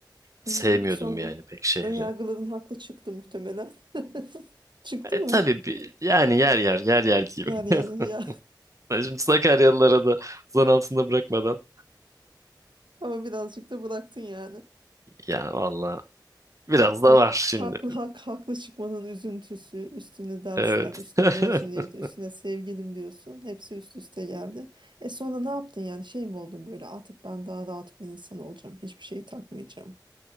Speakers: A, on the right; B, on the right.
A: Sevmiyordum
B: hmm, sonra
A: yani pek şehri.
B: önyargıların haklı çıktı muhtemelen. <laughs> Çıktı
A: E,
B: mı?
A: tabii bir- yani yer yer yer yer diyeyim.
B: Yani yani ya
A: <laughs> Ben Şimdi Sakaryalılara da zan altında bırakmadan.
B: <laughs> ama birazcık da bıraktın yani.
A: Ya valla biraz da
B: Hak,
A: var
B: haklı
A: şimdi.
B: hak haklı çıkmanın üzüntüsü, üstüne dersler,
A: Evet.
B: üstüne
A: <laughs>
B: mezuniyet, üstüne sevgilim diyorsun. Hepsi üst üste geldi. E sonra ne yaptın yani? Şey mi oldun böyle artık ben daha rahat bir insan olacağım. Hiçbir şeyi takmayacağım.